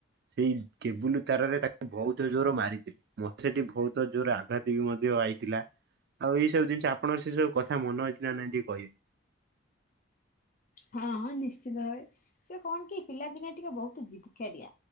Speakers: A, on the right (about 55°); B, on the left (about 45°).
A: ସେଇ କେବୁଲ ତାରରେ ତାକୁ ବହୁତ ଜୋର ମାରିଥିଲେ। ମ ସେଠି ବହୁତ ଜୋର ଆଘାତ ବି ମଧ୍ୟ ଆଇଥିଲା। ଆଉ ଏଇ ସବୁ ଜିନିଷ ଆପଣ ସେ ସବୁ କଥା ମନ ଅଛି ନା ନାଇଁ ଟିକେ କହିବେ।
B: ହଁ ହଁ ନିଶ୍ଚିନ୍ତ ଭାବେ ସେ କଣ କି ପିଲାଦିନ ଟିକେ ବହୁତ ଜିତ କାରିଆ।